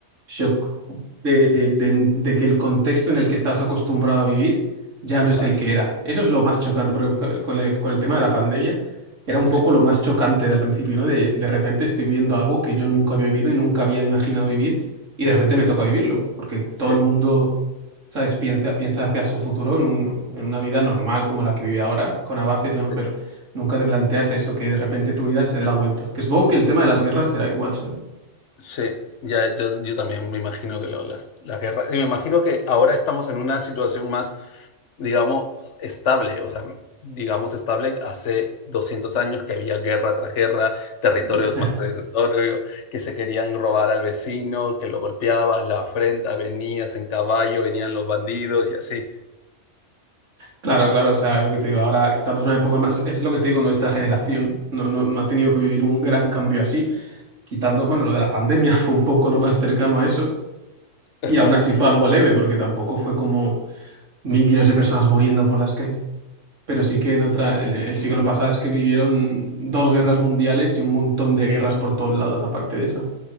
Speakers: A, on the right; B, on the left.
A: shock de, de, de, de que el contexto en el que estás acostumbrado a vivir ya no
B: ajá,
A: es el que era. Eso es lo más chocante, porque por ejemplo, con el, con el tema de la pandemia era un
B: sí,
A: poco lo más chocante del principio, ¿no? De, de repente estoy viviendo algo que yo nunca había vivido y nunca había imaginado vivir y de repente me toca vivirlo, porque
B: sí,
A: todo el mundo, ¿sabes? Piensa, piensa hacia su futuro en, un- en una vida normal como la que vive ahora, con avances
B: sí,
A: o no, pero Nunca te planteas eso, que de repente tu vida se dé la vuelta. Que supongo que el tema de las guerras será igual, ¿sabes?
B: sí. Ya, yo, yo también me imagino que lo- las, las guerras, y me imagino que ahora estamos en una situación más, digamos, estable, o sea, digamos estable, hace 200 años que había guerra tras guerra, territorio
A: <laughs>
B: tras territorio, que se querían robar al vecino, que lo golpeabas, la afrenta, venías en caballo, venían los bandidos y así.
A: Claro, claro, o sea, es lo que te digo. Ahora estamos en una época más, es lo que te digo, nuestra generación no, no, no ha tenido que vivir un gran cambio así, quitando, bueno, lo de la pandemia <laughs> fue un poco lo más cercano a eso,
B: Ajá.
A: y aún así fue algo leve, porque tampoco fue como mil millones de personas muriendo por las calles. Pero sí que en otra, el, el siglo pasado es que vivieron dos guerras mundiales y un montón de guerras por todos lados, aparte de eso.